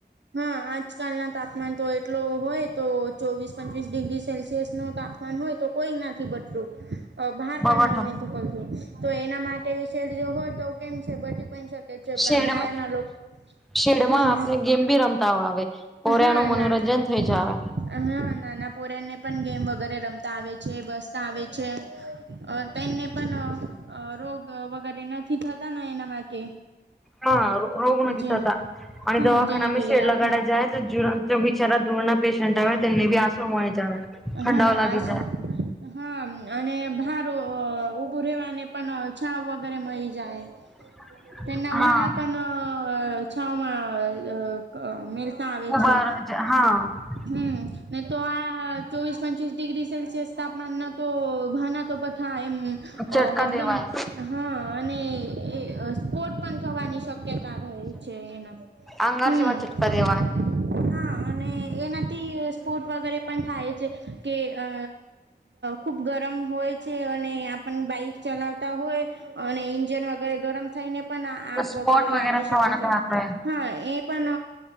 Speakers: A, on the right; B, in the centre.
A: હા આજકાલના તાપમાન તો એટલો હોય તો ચોવીસ પંચવીસ ડિગ્રી સેલ્સિયસ નું તાપમાન હોય તો કોઈ ના બટું બહાર
B: બવટ
A: પણ નથી ફલતું તો એના માટે શેડ જો હોય તો કેમ છે બચી પણ શકે છે
B: શેડમાં
A: ભયા ના લોકો
B: શેડમાં
A: હા
B: આપને
A: ભા
B: ગેમ બી રમતા આવે પોર
A: હા
B: ન મનોરંજન
A: ના ના
B: થઈ જ આવે
A: હા નાના પ પોર્યા ને પણ ગેમ વગેરે રમતા આવે છે બસતા આવે છે તેમને પણ અ રોગ વગેરે નથી થતા એના માટે
B: હા રોગ ન નથી
A: જે
B: ત થ હતા અને
A: હા
B: દવાખાનામાં
A: જેને કે
B: શેડલા
A: આપ
B: કાઢ છે જ જો બિચારા ધૂરના પેશન્ટ આવે તેમને બી આંસુ મળી જ ઠંડાઓ
A: હા
B: લાગી
A: આ
B: જાય
A: હા અને ભાર ઊભું રહેવાને પણ છાવ વગેરે મળી જાય
B: <unintelligible>
A: તેમના
B: હા
A: વાના પણ અ છાાવમાં ક મેળતા આવે
B: ઉભા
A: છે
B: હા
A: હમ ને તો આ ચોવીસ પંચવીસ ડિગ્રી સેલ્સિયસ તાપમાન ન તો ભાના કપથા એમ
B: ચટકા
A: એકદમ
B: દેવાય
A: હા અને સ્ટ પણ થવાની શક્યતા રહે છે એના
B: આંગર
A: હમ
B: જેવા ચટકા દેવાય.
A: હા અને એનાથી સ્પોર્ટ વગેરે પણ થાય છે કે અ ખુબ ગરમ હોય છે અને પણ બાઈક ચલાવતા હોય અને ઇંજન વગેરે ગરમ થઈને પણ આગ
B: સ્પોટ
A: વગેરે લાગી
B: થવાના
A: શકે છે
B: દાખલા હોય.
A: હા એ પણ